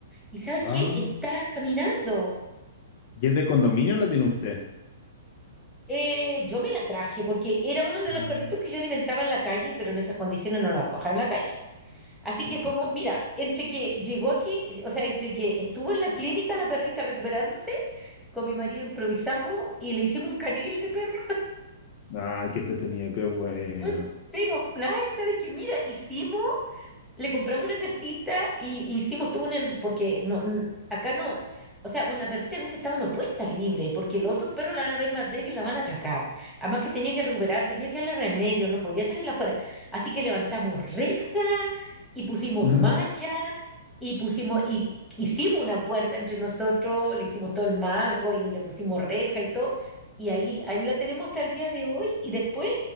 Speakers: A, in the centre; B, on the left.
A: ¿Y sabes
B: ah,
A: qué? Está caminando.
B: ¿y es de condominio lo tiene usted?
A: Eh, yo me la traje porque era uno de
B: Ah,
A: los perritos que yo alimentaba en la calle, pero en esas condiciones no la puedo dejar en la calle. Así
B: sí,
A: que
B: pues.
A: como, mira, entre que llegó aquí, o sea, entre que estuvo en la clínica la perrita recuperándose, con mi marido improvisamos y le hicimos un canil de perro.
B: Ah, qué entretenido, qué bueno.
A: Fue Pero Flash, ¿sabes qué? Mira, hicimos le compramos una casita y y hicimos todo un, en- porque no, n- acá no, o sea, una perrita en ese estado no puede estar libre, porque los otros perros la van a ver más débil, y la van a atacar. Además que tenía que recuperarse, había que darle remedio, no podía tenerla afuera. Así que levantamos reja y pusimos
B: <laughs>
A: malla y pusimos, y hicimos una puerta entre nosotros, le hicimos todo el marco y le pusimos reja y todo. Y ahí, ahí la tenemos hasta el día de hoy y después